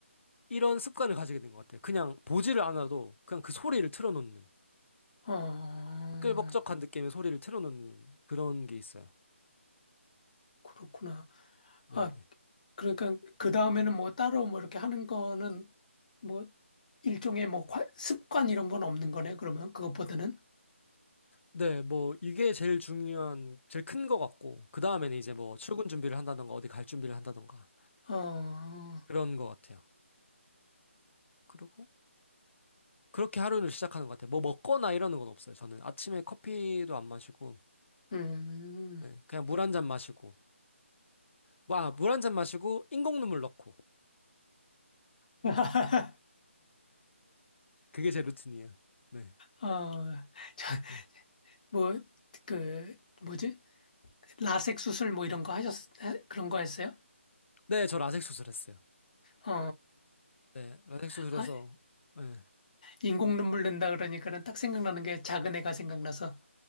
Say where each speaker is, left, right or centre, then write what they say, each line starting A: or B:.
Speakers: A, on the left; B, on the left.
A: 이런 습관을 가지게 된 것 같아요. 그냥 보지를 않아도 그냥 그 소리를 틀어놓는,
B: 어,
A: 시끌벅적한 느낌의 소리를 틀어놓는 그런 게 있어요.
B: 그렇구나. 아,
A: 네네.
B: 그러니까, 그 다음에는 뭐, 따로 뭐, 이렇게 하는 거는 뭐, 일종의 뭐, 관- 습관 이런 건 없는 거네, 그러면. 그것보다는.
A: 네, 뭐, 이게 제일 중요한, 제일 큰 것 같고, 그 다음에는 이제 뭐, 출근 준비를 한다던가, 어디 갈 준비를 한다던가,
B: 어, 어,
A: 그런 것 같아요. 그리고 그렇게 하루를 시작하는 것 같아요. 뭐 먹거나 이러는 건 없어요. 저는 아침에 커피도 안 마시고,
B: 음,
A: 네, 그냥 물 한 잔 마시고, 뭐, 아, 물 한 잔 마시고, 인공눈물 넣고.
B: <laughs>
A: 그게 제 루틴이에요. 네.
B: 어, 저,
A: 네,
B: 뭐, 그, 뭐지? 라섹 수술 뭐 이런 거 하셨, 에? 그런 거 했어요?
A: 네, 저 라섹 수술했어요.
B: 어,
A: 네, 라섹 수술해서,
B: 아,
A: 네.
B: 인공 눈물 낸다 그러니까는 딱 생각나는 게 작은 애가 생각나서